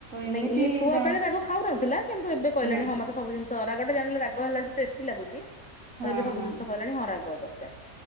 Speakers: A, on the right (about 65°); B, in the centre.
A: ଏମିତି
B: ନାଇଁ ଇଏ ଛୁଆ
A: ତା
B: ବେଳେ ରାଗ ଖାଉନଥିଲା କିନ୍ତୁ ଏବେ କହିଲାଣି
A: ହୁଁ
B: ହଁ ମତେ ସବୁ ଜିନିଷ ରାଗ ଟା ଜାଣିଲା ରାଗ ହେଲାଠୁ ଟେଷ୍ଟି ଲାଗୁଚି। ତ
A: ହଁ
B: ଏବେ ସବୁ
A: ହଁ
B: ଜିନିଷ କହିଲାଣି ହଁ ରାଗ ଦରକାର୍।